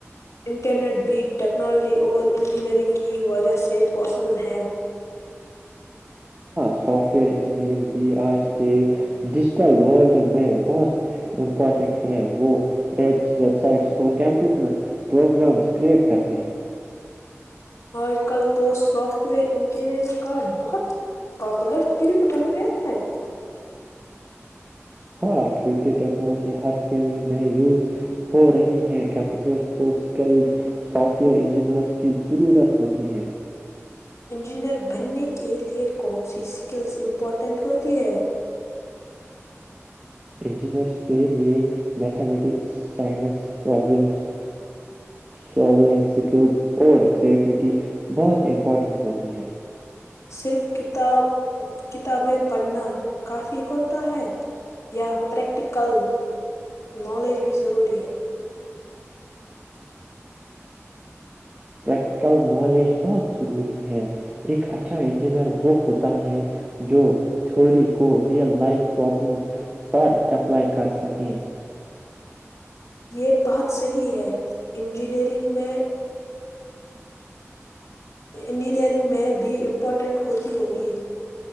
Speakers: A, on the left; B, on the right.
A: انٹرنیٹ بیٹ ٹیکنالوجی اور انجینئرنگ کی وجہ سے پاسبل ہیں
B: سافٹ ویئر انجینئرنگ بھی آج کے ڈیجیٹل ورلڈ میں بہت امپارٹنٹ ہیں وہ ایپس ویب سائٹس اور کمپیوٹر پروگرامس کریئٹ کرتے ہیں
A: آج کل تو سافٹ ویئر انجینئر کا بہت پاپولر فیلڈ بن گیا ہے
B: ہاں کیونکہ ٹیکنالوجی ہر فیلڈ میں یوز ہو رہی ہے کمپیوٹرز کو سکلڈ سافٹ ویئر انجینئرز کی ضرورت ہوتی ہے
A: انجینئر بننے کے لیے کون سی اسکلس امپورٹنٹ ہوتی ہے
B: انجینئرس کے لئے mathematics science problems solving skills اور کریٹیوٹی بہت امپارٹنٹ ہوتی ہے
A: صرف کتاب کتابیں پڑھنا کافی ہوتا ہے یا پریکٹیکل نالج بھی ضروری ہے
B: پریکٹیکل نالج بہت ضروری ہے ایک اچھا انجینئر وہ ہوتا ہے جو تھیوری کو ریئل لائف پرابلمس پر اپلائی کر سکیں
A: یہ بہت صحیح ہے انجینئرنگ میں انجینئرنگ میں بھی امپورٹنٹ ہوتی ہوگی